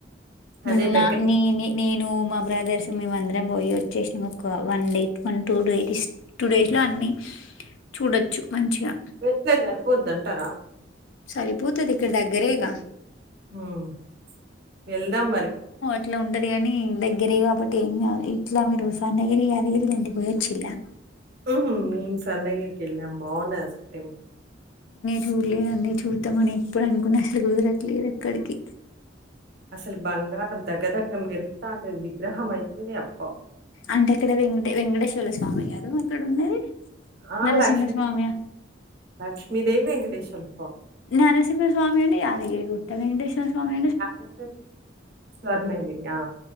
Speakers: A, on the right; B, on the left.
A: అదే
B: ఉన్నా
A: దగ్గర
B: నేనే నేను మా బ్రదర్స్ మేమ అందరం పోయి వచ్చేసినము ఒక one day to one two days two days లో అన్ని చూడచ్చు మంచిగా
A: వట్లే జరిపోద్దు అంటారా
B: సరిపోతది ఇక్కడ దగ్గరేగా
A: హ్మ్ వెళ్దాం మరి
B: ఇట్లా ఉంటది కని దగ్గరే కాబట్టి ఏమికాదు ఇట్లా మీరు సన్నగిరి యాదగిరిలోండి పోయొచ్చి ల్లా
A: హ్మ్ మేమ్ సన్నగిరికి ఎల్లాం బాన్నది టే
B: చూల్లేదండి చూద్దామని ఇప్పుడు అనుకున్నా అసలు కుదరట్లేదు ఎక్కడికి
A: అసలు బంగారం దగ దగ మెరుస్తాంటది గ్రహమైత్రేయమ్
B: అంటే ఇక్కడ వెం వెంకటేశ్వరల స్వామి గారు ఇక్కడ ఉన్నది
A: ఆ
B: నరసింహస్వామి
A: లక్ష్మి లక్ష్ మీ దేవి వెంకటేశ్వరులు
B: నరసింహస్వామి ఉండి యాదగిరి కు తెవెండేస్ సింహస్వామి
A: యాదాద్రి స్వర్ణగిరి. ఆ!